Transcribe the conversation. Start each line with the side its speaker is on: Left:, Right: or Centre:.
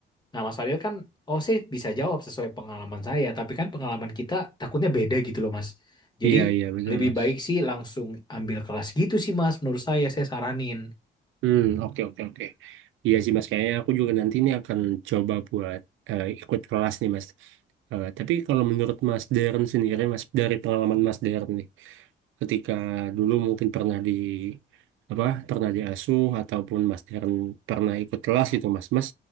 Left: Nah, Mas Fadil kan oh sih bisa jawab sesuai pengalaman saya, tapi kan pengalaman kita takutnya beda gitu loh, Mas. Jadi
Right: Iya, iya, betul,
Left: lebih
Right: Mas.
Left: baik sih langsung ambil kelas gitu sih, Mas. Menurut saya, saya saranin.
Right: Hmm, oke, oke, oke. Iya sih, Mas. Kayaknya aku juga nanti ini akan coba buat eh, ikut kelas nih, Mas. Eh, tapi kalau menurut Mas Deren sendiri, Mas, dari pengalaman Mas Deren nih, ketika dulu mungkin pernah di apa, pernah diasuh ataupun Mas Deren pernah ikut kelas gitu, Mas. Mas,